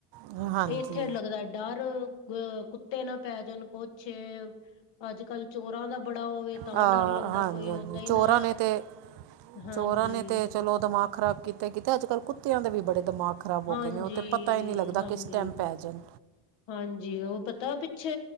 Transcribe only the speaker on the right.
ਹਾਂ ਹਾਂਜੀ
ਹਾਂਜੀ
ਚੋਰਾਂ
ਨੇ ਤੇ
ਚੋਰਾਂ ਨੇ ਤੇ ਚਲੋ ਦਿਮਾਗ ਖ਼ਰਾਬ ਕੀਤਾ ਕੀਤਾ ਤੇ ਅੱਜ ਕੱਲ ਕੁੱਤਿਆਂ ਦੇ ਵੀ ਬੜੇ ਦਿਮਾਗ ਖ਼ਰਾਬ ਹੋ
ਗਏ ਨੇ ਉਹ ਤਾਂ ਪਤਾ ਹੀ ਨਹੀਂ ਲੱਗਦਾ
ਕਿਸ ਟਾਈਮ ਪੈ ਜਾਣ।